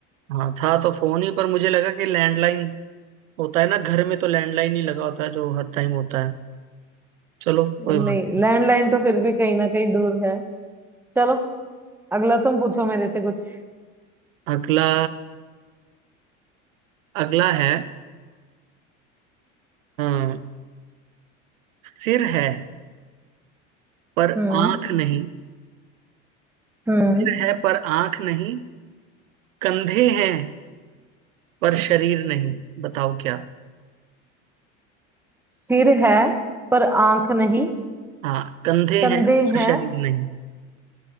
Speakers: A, on the right (about 85°); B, in the centre.
A: हाँ था तो फोन ही पर मुझे लगा कि लैंडलाइन होता है ना घर में तो लैंडलाइन ही लगा होता है जो हर टाइम होता है चलो
B: <laughs> नहीं
A: कोई बात नहीं
B: लैंडलाइन तो फिर भी कहीं ना कहीं दूर है चलो अगला तुम पूछो मेरे से कुछ
A: अगला अगला है हाँ, सिर है पर
B: हम्म
A: आंख नहीं
B: हम्म
A: सिर है पर आंख नहीं कंधे हैं पर शरीर नहीं बताओ क्या
B: सिर है पर आंख नहीं
A: हाँ कंधे
B: कंधे
A: हैं पर
B: हैं
A: शरीर नहीं